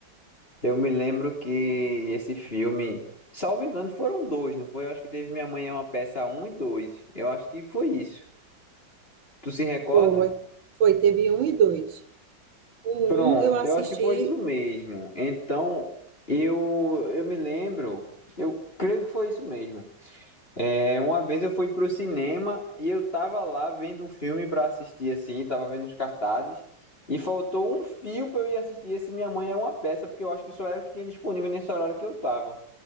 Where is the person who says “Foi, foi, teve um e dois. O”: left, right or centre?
Right